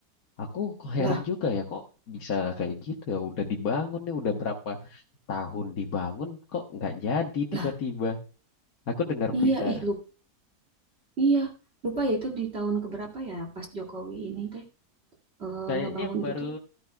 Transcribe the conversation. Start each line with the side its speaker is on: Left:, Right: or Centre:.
Left: aku kok heran
Right: Lah,
Left: juga ya kok bisa kayak gitu ya. Udah dibangun nih, udah berapa tahun dibangun kok nggak jadi
Right: lah,
Left: tiba-tiba. Aku dengar
Right: iya
Left: berita,
Right: ih lupa, iya. Lupa ya itu di tahun keberapa ya pas Jokowi ini teh eh,
Left: kayaknya
Right: ngebangun
Left: baru
Right: itu tuh.